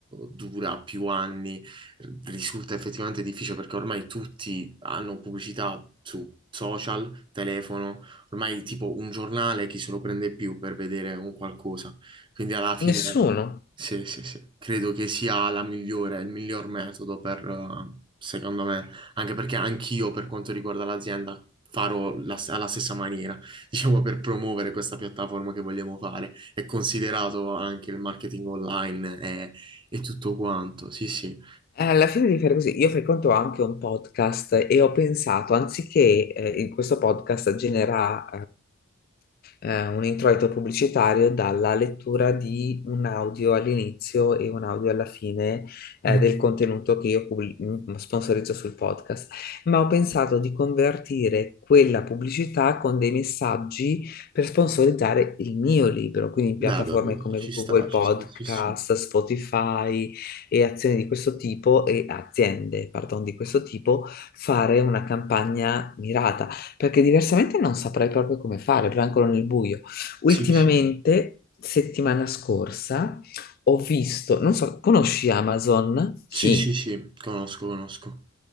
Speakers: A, on the right; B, on the left.
A: dura più anni, risulta effettivamente difficile perché ormai tutti hanno pubblicità su social, telefono Ormai tipo un giornale chi se lo prende più per vedere un qualcosa. Quindi alla fine,
B: nessuno.
A: sì, sì, sì, credo che sia la migliore, il miglior metodo per, eh, secondo me, anche perché anch'io per quanto riguarda l'azienda farò la- alla stessa maniera, <laughs> diciamo per promuovere questa piattaforma che vogliamo fare. È considerato anche il marketing online e, e tutto quanto, sì, sì.
B: Eh, Alla fine di fare così, io frequento anche un podcast e ho pensato, anziché eh, in questo podcast generare un introito pubblicitario dalla lettura di un audio all'inizio e un audio alla fine eh,
A: Mhm.
B: del contenuto che io pubblic- mm, sponsorizzo sul podcast, ma ho pensato di convertire quella pubblicità con dei messaggi per sponsorizzare il mio libro, quindi in piattaforme
A: Beh, beh, beh,
B: come
A: ci sta,
B: Google
A: ci
B: Podcast,
A: sta, sì, sì.
B: Spotify e azioni di questo tipo e aziende, pardon, di questo tipo, fare una campagna mirata, perché diversamente non saprei proprio come fare, proprio ancora nel buio. Ultimamente,
A: Sì, sì,
B: settimana scorsa, ho visto, non so, conosci Amazon? Sì.
A: sì, sì, sì, conosco, conosco.